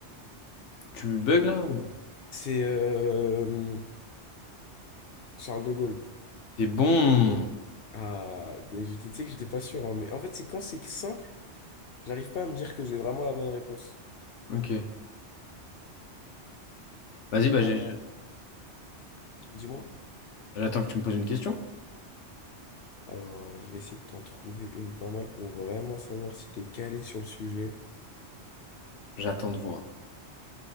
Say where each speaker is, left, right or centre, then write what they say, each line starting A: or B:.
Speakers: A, on the left; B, on the left.
A: Tu bugs là ou?
B: C'est euh, Charles de Gaulle.
A: T'es bon.
B: Ah, et j'étais- tu sais que j'étais pas sûr, hein, mais en fait, c'est quand c'est simple, j'arrive pas à me dire que j'ai vraiment la bonne réponse.
A: Ok. Vas-y, bah
B: Euh,
A: j'ai.
B: dis-moi.
A: J'attends que tu me poses une question.
B: Alors, euh, je vais essayer de t'en trouver une pas mal pour vraiment savoir si t'es calé sur le sujet.
A: J'attends de voir.